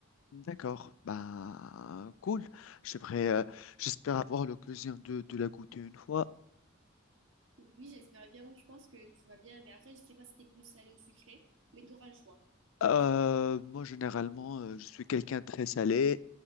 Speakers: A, on the left; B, on the right.
A: D'accord. Bah, cool. J'aimerais, euh, j'espère avoir l'occasion de, de la goûter une fois.
B: Oui, j'espère bien, je pense que tu vas bien, mais après, je sais pas si t'es plus salé ou sucré, mais tu auras le choix, choisir.
A: Euh, moi, généralement, euh, je suis quelqu'un de très salé,